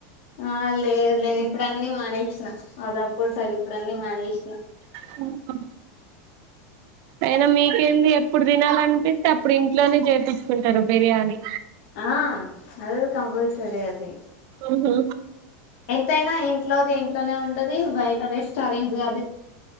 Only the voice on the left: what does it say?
ఆ లేదు లేదు ఇప్పుడు అన్నీ మానేసిన అది అప్పుడు సార్ ఇప్పుడు అన్నీ మానేసినా
ఆ అదై కంపల్సరి అది
ఎంతైనా ఇంట్లోది ఇంట్లోనే ఉం టది బయట రెస్టారెంట్స్ అది